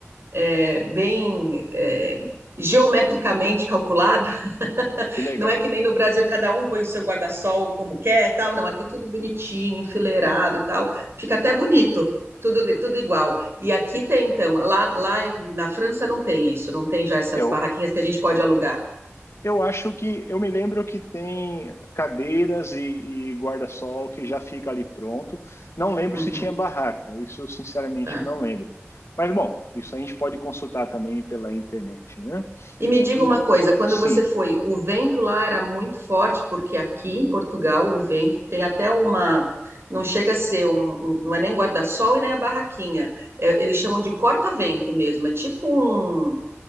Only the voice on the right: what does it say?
é, bem é, geometricamente calculado.
Não é que nem no Brasil, cada um põe o seu guarda-sol como quer, tal. Não, aqui é tudo bonitinho, enfileirado, tal. Fica até bonito, tudo, tudo igual. E aqui tem, então, lá, lá na França não tem isso, não tem já essas
barraquinhas que a gente pode alugar.
Uhum,
tá.
E me diga
uma coisa, quando
você foi, o vento lá era muito forte, porque aqui em Portugal o vento tem até uma, não chega a ser um, um- não é nem guarda-sol e nem a barraquinha. É, eles chamam de corta-vento mesmo, é tipo um